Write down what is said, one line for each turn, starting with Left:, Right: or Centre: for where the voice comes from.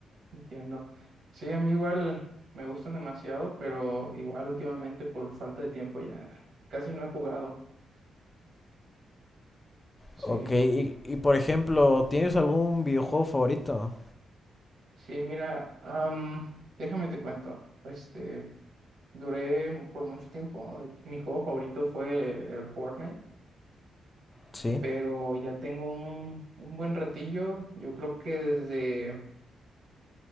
Right: entiendo. Sí, a mí igual me gustan demasiado, pero igual últimamente por falta de tiempo ya casi no he jugado. Sí,
Left: Ok, y, y por ejemplo, ¿tienes algún videojuego favorito?
Right: sí, mira, am, déjame te cuento. Este, duré mu- por mucho tiempo, mi juego favorito fue el Fortnite
Left: Sí.
Right: pero ya tengo un, un buen ratillo, yo creo que desde,